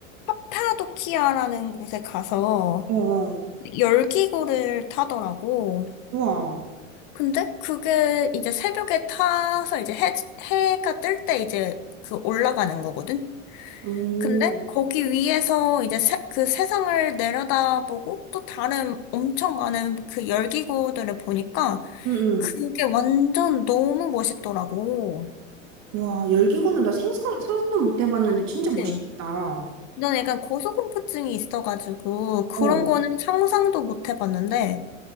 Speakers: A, on the left; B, on the right.
A: 카파도키아라는 곳에 가서
B: 어, 어.
A: 열기구를 타더라고.
B: 우와,
A: 근데 그게 이제 새벽에 타서 이제 해, 해가 뜰 때 이제 그 올라가는 거거든?
B: 오,
A: 근데
B: 응,
A: 거기 위에서 이제 세, 그 세상을 내려다보고 또 다른 엄청 많은 그 열기구들을 보니까
B: 응.
A: 그게 완전 너무 멋있더라고.
B: 와, 열기구는 나 생상, 상상도 못 해봤는데 진짜 멋있겠다.
A: 네. 난 약간 고소공포증이 있어가지고 그런
B: 어,
A: 거는 상상도 못 해봤는데